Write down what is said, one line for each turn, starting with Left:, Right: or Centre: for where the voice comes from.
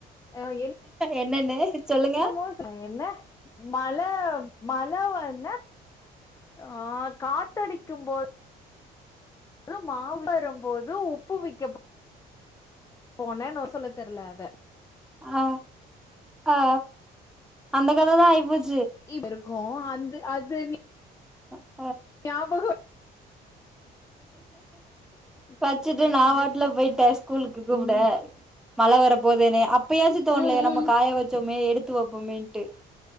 Left: அ எனிக்
Centre: என்னன்னு சொல்லுங்க
Left: இப்ப என்ன மழ மழ வர் என ஆ காத்தடிக்கும் போத் து மா விக் போது உப்பு விக்கப் போனன் நோ சொல்ல தெர்ல அத
Centre: ஆ ஆ அந்த கத தா ஆய்போச்
Left: இப் கோ அந்து அது நீ
Centre: ஆஹ
Left: ஞாபகோ ஐயோ
Centre: வச்சுட்டு
Left: கடவுளே
Centre: நா பாட்ல போய்ட ஸ்கூலுக்கு கூப்ட
Left: ம்
Centre: மழ வர போது எனைய அப் இப்பயாச்சு தோண்லைய
Left: ம் ம்
Centre: நம்ம காய வச்சோமே எடுத் துவப்பமேன்ட்டு